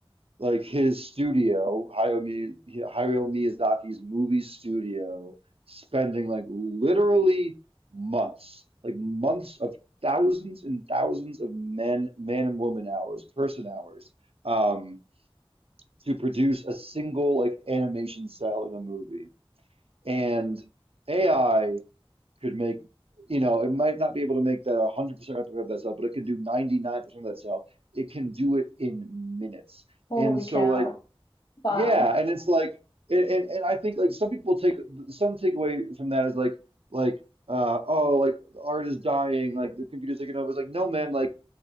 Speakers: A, on the right; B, on the left.
A: like his studio, Hayao Mi- Hayao Miyazaki's movie studio, spending like literally months, like months of thousands and thousands of men, man and woman hours, person hours, um, to produce a single like animation cell in a movie. And AI could make, you know, it might not be able to make that 100% replica of that cell, but it can do 99% of that cell. It can do it in minutes.
B: Holy
A: And so
B: cow.
A: like
B: Wow.
A: yeah, and it's like, and, and, and I think like some people take some takeaway from that is like, like, uh, oh, like the art is dying, like the computer's taking over. It's like, no, man, like